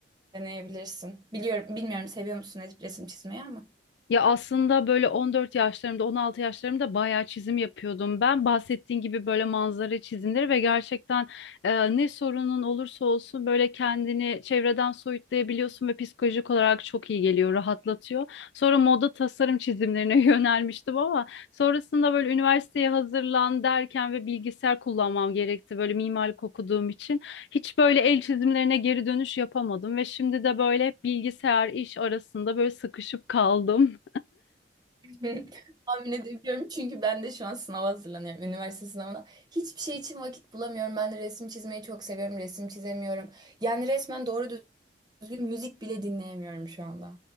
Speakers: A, on the right; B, on the left.
A: deneyebilirsin. Biliyorum, bilmiyorum seviyor musun resim çizmeyi ama.
B: Ya aslında böyle 14 yaşlarımda, 16 yaşlarımda bayağı çizim yapıyordum. Ben bahsettiğin gibi böyle manzara çizimleri ve gerçekten e, ne sorunun olursa olsun böyle kendini çevreden soyutlayabiliyorsun ve psikolojik olarak çok iyi geliyor, rahatlatıyor. Sonra moda tasarım çizimlerine <laughs> yönelmiştim ama sonrasında böyle üniversiteye hazırlan derken ve bilgisayar kullanmam gerekti böyle mimarlık okuduğum için. Hiç böyle el çizimlerine geri dönüş yapamadım ve şimdi de böyle hep bilgisayar iş arasında böyle sıkışıp kaldım.
A: <laughs> Tahmin edebiliyorum çünkü ben de şu an sınava hazırlanıyorum. Üniversite sınavına. Hiçbir şey için vakit bulamıyorum. Ben de resim çizmeyi çok seviyorum. Resim çizemiyorum. Yani resmen doğru düzgün müzik bile dinleyemiyorum şu anda.